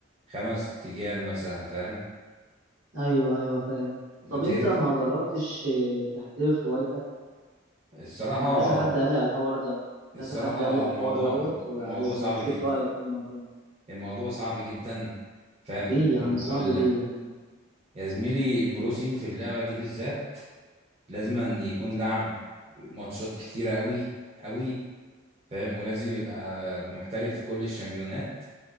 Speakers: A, on the right; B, on the right.
A: خمس جيام مثلا فاهم
B: ايوه ايوه فاهم
A: انت
B: طب انت
A: ليك-
B: ما جربتش آه، تحترف هوايتك
A: الصراحه
B: وانا كذا حد قال لي على الحوار ده
A: الصراحه
B: كذا حد قال لي على
A: الموضوع
B: الحوار دوت وعايز
A: الموضوع صعب
B: اشوف
A: جدا
B: رايك في الموضوع
A: الموضوع صعب جدا فاهم
B: ليه
A: وال...
B: يا عم
A: وال...
B: صعب ليه يا عم
A: يا زميلي البروسين في اللعبة دي بالذات لازم أن يكون لعب ماتشات كتيرة قوي قوي فاهم ولازم يبقى محترف في كل الشامبيونات